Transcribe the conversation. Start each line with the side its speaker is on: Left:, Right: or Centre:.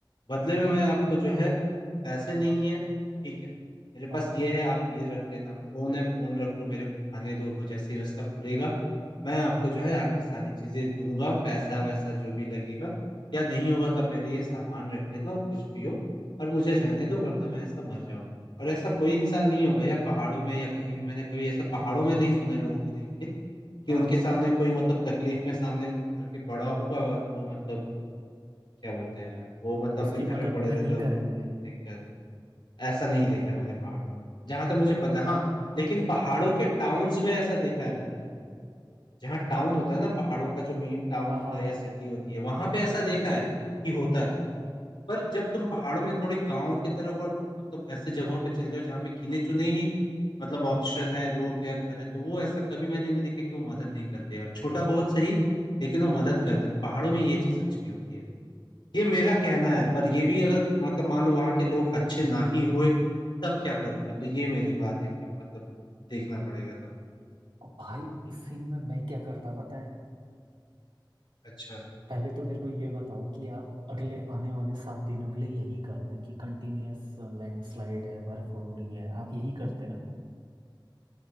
Left: बदले में मैं आपको जो है पैसे नहीं है ठीक है मेरे पास
Right: हाँ हाँ
Left: ये है आप ये रख लेना फोन है फोन रख लो मेरे को खाने दो जैसे ही रास्ता खुलेगा मैं आपको
Right: हाँ
Left: जो है आपकी सारी चीजें दूंगा पैसा वैसा जो भी लगेगा या नहीं होगा तो आप मेरे ये सामान रख लेना और कुछ भी हो और मुझे रहने दो वरना मैं ऐसा मर जाऊंगा और ऐसा कोई इंसान नहीं होगा यार पहाड़ों में या कहीं भी मैंने कभी ऐसा पहाड़ों में नहीं सुना है लोगों को देख के कि
Right: हाँ,
Left: उनके सामने कोई मतलब तकलीफ में सामने घर के पड़ा होगा और वो मतलब क्या बोलते हैं वो मतलब
Right: उसकी
Left: अपने घर
Right: मदद
Left: में पड़े
Right: नहीं
Left: रहते हैं और
Right: करेंगे
Left: उन नहीं कर ऐसा नहीं देखा है मैंने पहाड़ों में जहां तक मुझे पता है हाँ लेकिन पहाड़ों के टाउन्स में ऐसा देखा है मैंने जहाँ टाउन होता है ना पहाड़ों का जो मेन टाउन
Right: हाँ
Left: होता
Right: हाँ
Left: है या सिटी होती है वहां पे ऐसा देखा है कि होता है पर जब तुम पहाड़ों में थोड़ी गाँव की तरफ और मतलब ऐसे जगहों पे चल जाओ जहाँ पे गिने चुने ही मतलब ऑप्शन है लोग है घर है तो वो ऐसा कभी मैंने नहीं देखा कि वो मदद नहीं करते और छोटा बहुत सही लेकिन वो मदद कर देते पहाड़ों में ये चीज अच्छी होती है ये मेरा कहना है पर ये भी अगर मतलब मान लो वहां के लोग अच्छे ना ही हुए तब क्या करूंगा तो ये मेरी बात है कि मतलब देखना पड़ेगा तब
Right: और भाई इस सीन में मैं क्या करता पता है
Left: अच्छा
Right: पहले तो मेरे को ये बताओ कि आप अगले आने वाले सात दिनों के लिए यही करते कि कंटिन्यूअस लैंडस्लाइड है बर्फ हो रही है आप यही करते ना